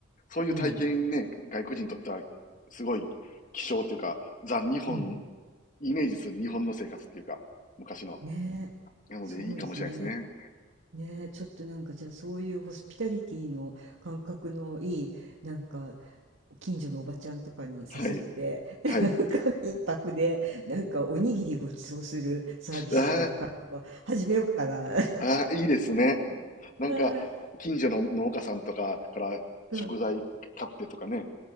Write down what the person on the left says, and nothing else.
そういう体験ね、
外国人にとっては、すごい希少っていうか、ザ・日本、
イメージする日本の生活っていうか、昔の。
なので、
いいかもしれないですね。
はい。はい。
ああ。ああ、いいですね。なんか、
近所の農家さんとかから食材買ってとかね。